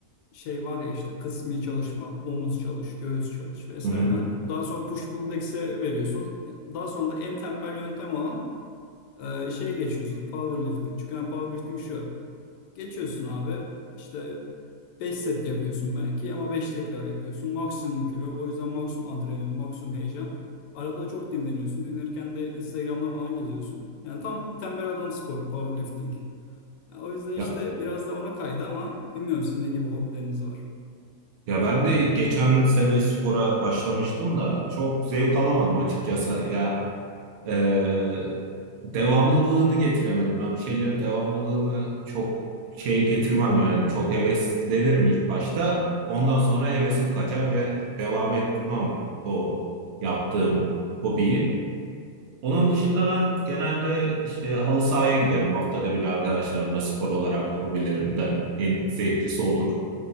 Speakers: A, on the left; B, on the right.
A: şey var ya işte kısmi çalışma, omuz çalış, göğüs çalış vesaire.
B: Hı hı.
A: Daha sonra push pull legs'e veriyorsunuz. Daha sonra da en tembel yöntem olan e, şeye geçiyorsunuz powerlifting. Çünkü hani powerlifting şu geçiyorsun abi işte Beş set yapıyorsun belki ama 5 tekrar yapıyorsun. Maksimum kilo. O yüzden maksimum adrenalin, maksimum heyecan. Arada da çok dinleniyorsun. Dinlenirken de Instagram'da falan geziyorsun. Yani tam tembel adam sporu, powerlifting. Yani o yüzden işte
B: Ya,
A: biraz da ona kaydı ama bilmiyorum sizin ne gibi hobileriniz var.
B: ya ben de geçen sene spora başlamıştım da çok zevk alamadım açıkçası. Ya e, devamlılığını getiremedim. Ben bir şeylerin devamlılığını çok şey getirmem yani. Çok heveslenirim ilk başta. Ondan sonra hevesim kaçar ve devam ettirmem o yaptığım hobiyi. Onun dışında ben genelde işte halı sahaya giderim haftada bir arkadaşlarımla spor olarak hobilerimden en zevklisi odur.